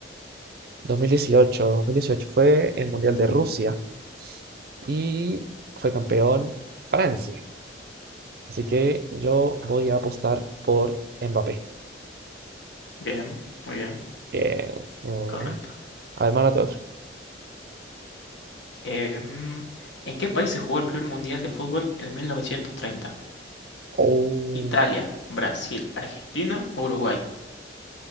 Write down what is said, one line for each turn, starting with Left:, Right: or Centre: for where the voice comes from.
Right: 2018, 2018 fue el Mundial de Rusia y fue campeón Francia. Así que yo voy a apostar por Mbappé.
Left: Bien, muy bien,
Right: Bien, bien.
Left: correcto.
Right: A ver, mándate otra.
Left: Eh, mm, ¿en qué país se jugó el primer Mundial de fútbol en mil novecientos treinta
Right: Oh,
Left: Italia, Brasil, Argentina, Uruguay.